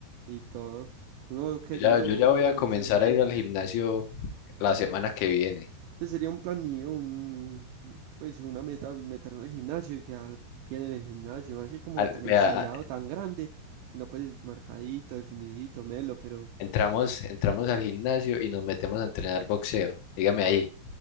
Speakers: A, on the right; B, on the left.
A: y todo. Uno creyendo
B: Yo Ya, yo ya voy a
A: juicioso.
B: comenzar a ir al gimnasio la semana que viene.
A: Este sería un plan mío, un, pues una meta, meterme al gimnasio y quedar bien en el gimnasio, no así como
B: Al-
A: tan
B: vea,
A: estallado, tan grande, sino pues marcadito, definidito, melo, pero
B: Entramos, entramos al gimnasio y nos metemos a entrenar boxeo. Dígame ahí.